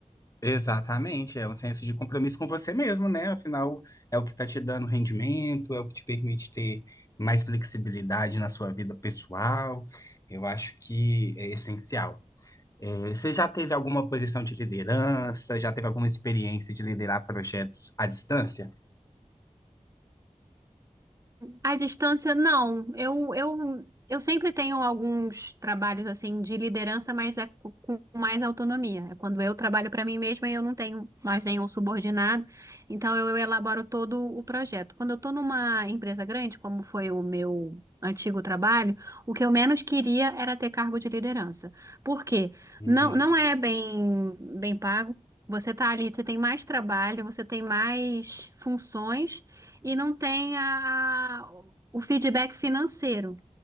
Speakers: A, on the left; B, on the right.
A: Exatamente, é um senso de compromisso com você mesmo, né? Afinal, é o que está te dando rendimento, é o que te permite ter mais flexibilidade na sua vida pessoal. Eu acho que é essencial. É, você já teve alguma posição de liderança? Já teve alguma experiência de liderar projetos à distância?
B: À distância, não. Eu, eu, eu sempre tenho alguns trabalhos assim de liderança, mas é co- com mais autonomia. É quando eu trabalho para mim mesma, eu não tenho mais nenhum subordinado, então eu elaboro todo o projeto. Quando eu estou numa empresa grande, como foi o meu antigo trabalho, o que eu menos queria era ter cargo de liderança. Por quê?
A: Uhum.
B: Não, não é bem, bem pago. Você está ali, você tem mais trabalho, você tem mais funções e não tem a, o feedback financeiro.